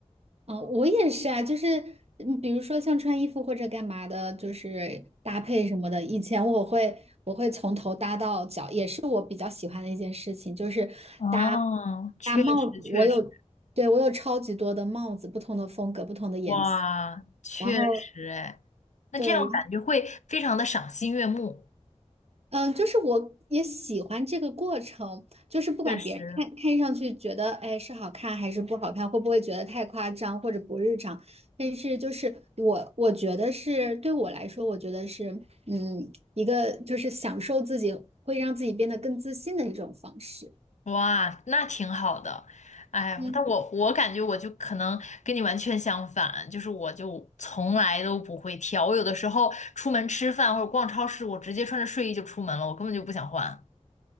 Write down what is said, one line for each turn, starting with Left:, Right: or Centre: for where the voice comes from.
Right: 哦，我也是啊，就是嗯比如说像穿衣服或者干嘛的，就是搭配什么的。以前我会我会从头搭到脚，也是我比较喜欢的一件事情，就是搭
Left: 哦，确实确实，
Right: 搭帽子。我有，对，我有超级多的帽子，不同的风格，不同的颜色。
Left: 哇，确实哎，
Right: 然后
Left: 那这样感觉会非常的赏心悦目，
Right: 对，然后。嗯，就是我也喜欢这个过程，就是不管别人看看上去觉得，
Left: 确实。
Right: 哎，是好看还是不好看，会不会觉得太夸张或者不日常，但是就是我我觉得是对我来说，我觉得是嗯一个就是享受自己，会让自己变得更自信的一种方式。
Left: 哇，那挺好的。哎，
Right: 嗯，
Left: 但我我感觉我就可能跟你完全相反，就是我就从来都不会挑，我有的时候出门吃饭或者逛超市，我直接穿着睡衣就出门了，我根本就不想换。